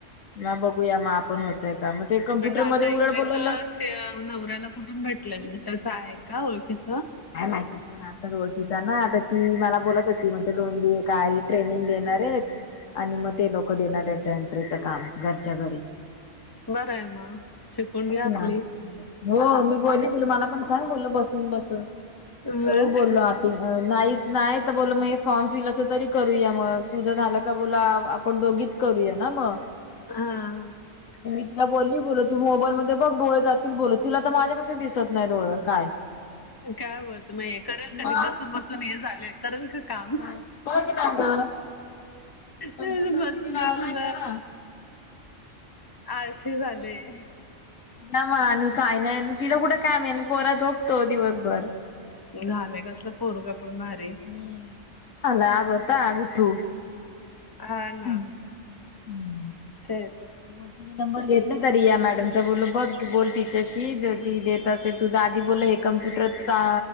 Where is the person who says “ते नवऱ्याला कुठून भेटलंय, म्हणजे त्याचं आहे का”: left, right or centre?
Left